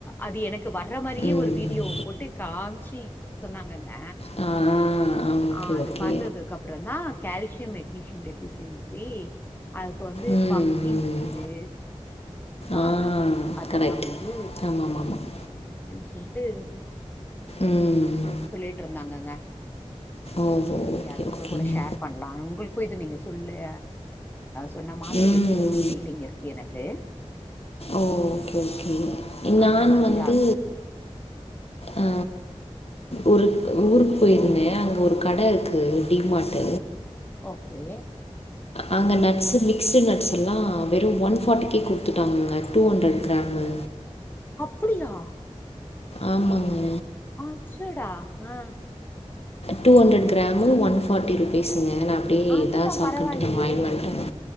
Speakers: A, on the left; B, on the left.
A: அது எனக்கு வர்ற மாரியே
B: ம்
A: ஒரு வீடியோவ போட்டு காம்ச்சி சொன்னாங்கங்க
B: ஆ ஓகே
A: ஆ அது
B: ஓகே
A: பாத்ததுக்கு அப்றோ தா கால்சியம் மெக்னீசியம் டெபிஷியன்சி அது இப்ப வந்து
B: ம்
A: பம்கின்
B: ம்
A: சீடு பாதாம்
B: ஆ
A: அதெல்லா
B: கரெக்ட்
A: வந்து
B: ஆமாம்
A: அ
B: ஆமாம்
A: எடுத் போங்க அப்டின்னு சொல்லிட்டு
B: ம்
A: அ சொல்லிட்டு இருந்தாங்கங்க
B: ஓஹோ
A: <unintelligible>
B: ஓகே
A: அதுங்க
B: ஓகேங்க
A: கூட ஷேர் பண்ண <unintelligible> உங்களுக்கும் இது நீங்க சொல்ல சொன்ன மாதிரி
B: ம்
A: எப்பயோ ஒரு ஃபீலிங் இருக்கு எனக்கு
B: ஓ ஓகே ஓகே நானு
A: அந்த மாதிரியா
B: வந்து
A: ம்.
B: அ ஒரு ஊருக்கு போயிருந்தே அங்க ஒரு கட இருக்கு டி மார்ட்
A: ஓகே
B: அங்கே நட்ஸு மிக்ஸ்டு நட்ஸ் எல்லாம் வெறும் ஒன் ஃபாட்டிக்கே குடுத்துட்டாங்கங்க டூ ஹண்ட்ரட் கிராமு
A: அப்டியா
B: ஆமாங்க
A: அச்சடா அ
B: two hundred gram one fifty ருபீஸுங்க நான் அப்டியே
A: அதுதா
B: இதா சாக்குன்ட்டு
A: பரவாயில்லையே
B: நா வாங்கிட்டு வந்துட்டே